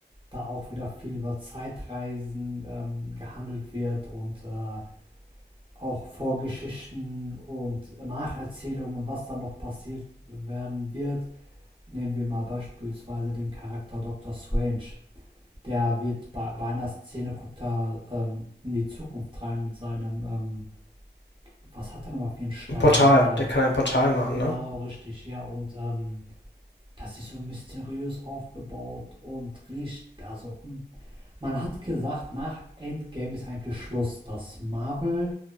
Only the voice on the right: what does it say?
da auch wieder viel über Zeitreisen ähm, gehandelt wird und äh, auch Vorgeschichten und Nacherzählungen, was da noch passiert werden wird. Nehmen wir mal beispielsweise den Charakter Dr. Strange der wird bei, bei einer Szene, guckt er ähm, in die Zukunft rein mit seinem, ähm, was hat er nochmal für einen Stein?
Äh,
genau,
richtig, ja. Und ähm, das ist so mysteriös aufgebaut und riecht, also man hat gesagt, nach Endgame ist eigentlich Schluss, dass Marvel